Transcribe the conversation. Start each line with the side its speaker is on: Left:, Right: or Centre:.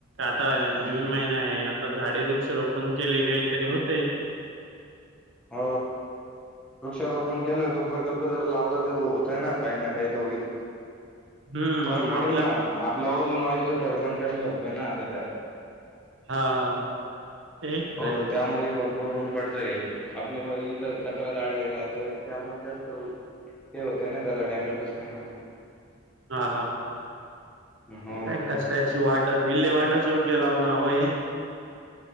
Right: आता
Centre: हम्म
Right: जून महिना आहे आता झाडे वृक्ष रोपण केले काही तरी होतेय
Centre: हो वृक्षारोपण केलं त प्रकल्प जर लावला तर होतय ना काही ना काही तर होईल
Right: हम्म
Centre: फरक पडेल
Right: आपलं
Centre: ना आपला ओजन वायूचा थडपण कमी होतोय ना आता त्यात
Right: हा हा ते खरंय
Centre: हो त्यामुळे भरूर भर होऊन पडतंय आपलं इथं कचरा जाळलेला तर त्यामुळे जास्त ते होतं ना त्याला डॅमेज बसते ना
Right: हा हा
Centre: हो.
Right: काय कचऱ्याची वाट विल्हे वाटच योग्य लावण होय